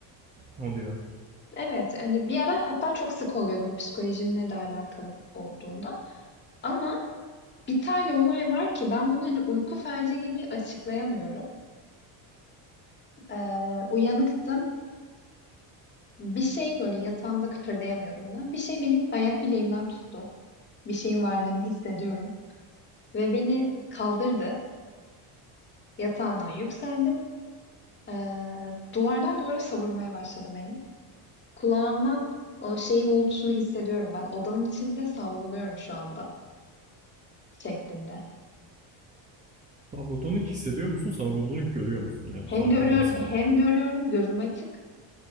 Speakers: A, on the right; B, on the left.
A: O diyor.
B: Evet, hani bir ara hatta çok sık oluyordu bu psikolojimle de alakalı olduğunda. Ama bir tane olay var ki ben bunu hani uyku felci gibi açıklayamıyorum. Ee, uyanıktım. Bir şey böyle yatağımda kıpırdayamıyordum da. Bir şey benim ayak bileğimden tuttu. Bir şeyin varlığını hissediyorum. Ve beni kaldırdı. Yatağımdan yükseldim. Ee, duvardan duvara savurmaya başladı beni. Kulağımdan o şeyin uğultusunu hissediyorum. Ben odanın içinde savruluyorum şu anda şeklinde.
A: Savrulduğunu hissediyor musun? Savrulduğunu görüyor musun? Ya
B: Hem
A: farkında
B: görüyor
A: mısın
B: hem
A: bu?
B: görüyorum gözüm açık.